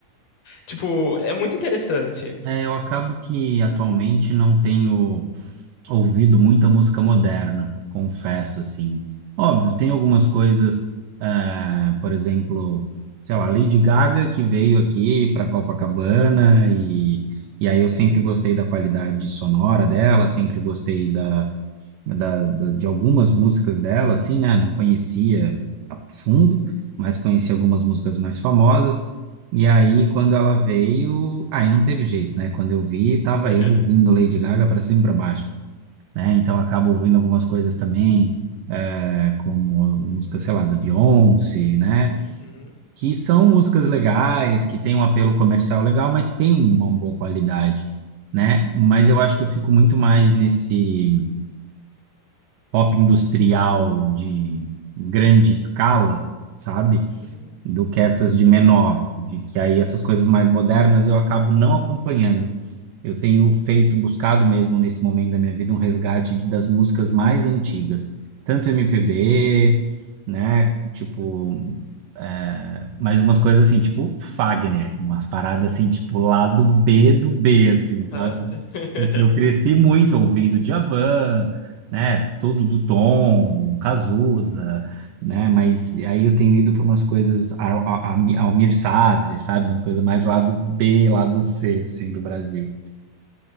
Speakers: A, on the left; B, on the right.
A: Tipo, é muito interessante.
B: É, eu acabo que atualmente não tenho. ouvido muita música moderna, confesso, assim. Óbvio, tem algumas coisas, eh, por exemplo, sei lá, Lady Gaga, que veio aqui para Copacabana, e, e aí eu sempre gostei da qualidade sonora dela, sempre gostei da, da, da- de algumas músicas dela, assim, né? Não conhecia a fundo, mas conheci algumas músicas mais famosas. E aí, quando ela veio, aí não teve jeito, né? Quando eu vi, tava
A: <laughs>
B: eu ouvindo Lady Gaga para cima e para baixo né? Então acabo ouvindo algumas coisas também, eh, como música sei lá, da Beyoncé, né?
A: Uhum,
B: Que são músicas legais, que têm um apelo comercial legal, mas tem uma boa qualidade, né? Mas eu acho que eu fico muito mais nesse pop industrial de grande escala, sabe?
A: uhum,
B: Do que essas de menor, de que aí essas coisas mais modernas eu acabo não acompanhando. Eu tenho feito, buscado mesmo nesse momento da minha vida, um resgate de- das músicas mais antigas, tanto MPB, né? Tipo, é, mas umas coisas assim, tipo Fagner, umas paradas assim, tipo lado B do B, assim, sabe?
A: aham. <laughs>
B: Porque Eu cresci muito ouvindo Djavan, né? Tudo do Tom, Cazuza, né? Mas aí eu tenho ido para umas coisas ao, ao, ao Almir Sater, sabe? Umas coisas mais lado B, lado C, assim, do Brasil.